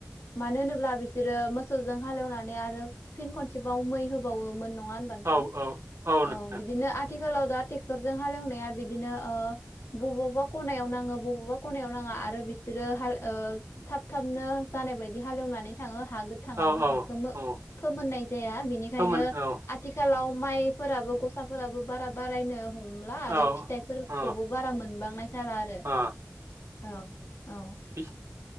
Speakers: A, on the left; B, on the right.
A: मानो होनोब्ला बिसोरो मोसौजों हालेवनानै आरो फिन खनसेबाव मै होबावोमोन । नङा होनबा नोंथां
B: औ औ
A: औ
B: नोंथां
A: बिदिनो आथिखालाव दा ट्रेक्टर जों हालेवनाया बिदिनो ओ बबावबा खनायाव नाङो बबावबा खनायाव नाङा आरो बिसोरो हाल ओ थाब थाबनो जानाय बायदि हालेवनानै थाङो । हा गोथाङावनो
B: औ औ
A: हाखौ मो
B: औ
A: फोमहोननाय जाया बेनिखायनो
B: फोमोन औ
A: आथिखालाव माय फोराबो गसाफोराबो बारा बारायनो हमला आरो
B: औ
A: फिथाइफोरखौबो
B: औ
A: बारा मोनबां जाला आरो
B: आ
A: औ औ ओ
B: बि